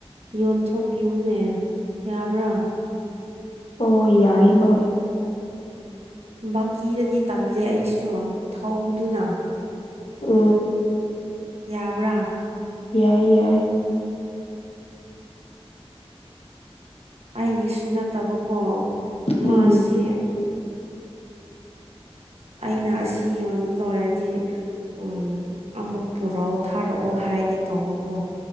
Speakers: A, on the right (about 75°); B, on the left (about 65°).
A: ꯌꯣꯟꯊꯣꯛꯄꯤꯌꯨ ꯑꯗꯨꯅꯦ ꯌꯥꯕ꯭ꯔꯥ
B: ꯑꯣ ꯌꯥꯏ ꯍꯣꯏ
A: ꯕꯀꯤꯗꯗꯤ ꯇꯜꯂꯦ ꯑꯩꯁꯨ ꯊꯧꯕꯗꯨꯗ
B: ꯑ
A: ꯌꯥꯕ꯭ꯔꯥ
B: ꯌꯥꯏ ꯌꯥꯏ
A: ꯑꯩꯒꯤꯁꯨ ꯅꯠꯇꯕꯀꯣ
B: ꯎꯝ
A: ꯃꯥꯁꯤ ꯑꯩꯅ ꯑꯁꯤ ꯌꯣꯟꯕ ꯂꯣꯏꯔꯗꯤ ꯎꯝ ꯑꯃꯨꯛ ꯄꯨꯔꯛꯑꯣ ꯊꯥꯔꯛꯑꯣ ꯍꯥꯏꯒꯦ ꯇꯧꯕꯀꯣ